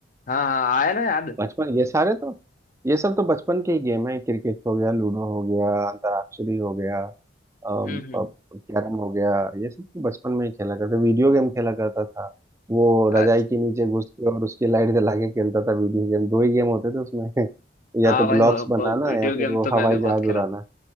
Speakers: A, on the left; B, on the right.
A: हाँ हाँ आया ना याद
B: बचपन ये सारे तो ये सब तो बचपन के ही गेम है क्रिकेट हो गया लूडो हो गया अंतराक्षरी हो गया कैरम
A: हम्म हम्म
B: हो गया ये सब तो बचपन में ही खेला करते वीडियो गेम खेला करता था वो रजाई
A: अच्छा
B: के नीचे घुस के और उसकी लाइट जला के खेलता था वीडियो गेम दो ही गेम होते थे उसमें <laughs>
A: हाँ
B: या तो
A: भाई
B: ब्लॉक्स
A: वो-
B: बनाना
A: वो वीडियो
B: या
A: गेम
B: फिर वो
A: तो मैं
B: हवाई
A: भी बहुत
B: जहाज
A: खेला
B: उड़ाना
A: हूँ